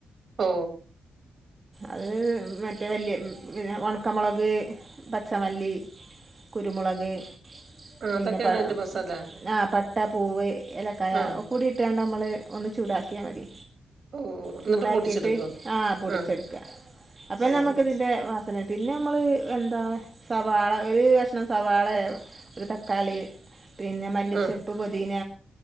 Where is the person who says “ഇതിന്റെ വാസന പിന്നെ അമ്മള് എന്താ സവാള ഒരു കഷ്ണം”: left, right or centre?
Right